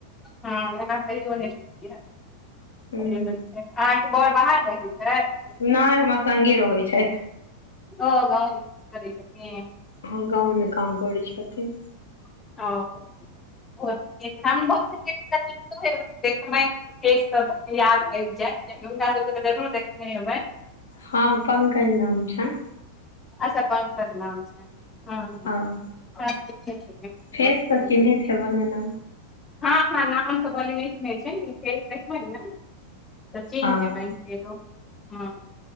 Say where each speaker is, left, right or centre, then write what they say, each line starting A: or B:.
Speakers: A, on the left (about 15°); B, on the left (about 70°).
A: हँ एना कहियो नै छुट्टी होइत।
B: हूँ
A: से होइ छै आहाँ के बर बाहर रहैत छैथ।
B: नहि हमरा संगे रहैत छैथ।
A: ओ ग <unintelligible> करै‌ सकिन।
B: हँ गाँवमे काम करै छथिन।
A: ह <unintelligible> देखबै। के सब याद आबि जायत हुनका सबके तऽ जरूर देखने हेबैन।
B: हँ पंकज नाम छैन।
A: अच्छा पंकज नाम छैन <unintelligible>
B: हँ
A: बस‌ भऽ
B: फेस
A: सकैया
B: तऽ चिन्हैत हेबनि ओना
A: <unintelligible> हँ हँ नाम सब <unintelligible> छै फे देखबै ने तऽ चल
B: हँ
A: जेबै। <unintelligible> ह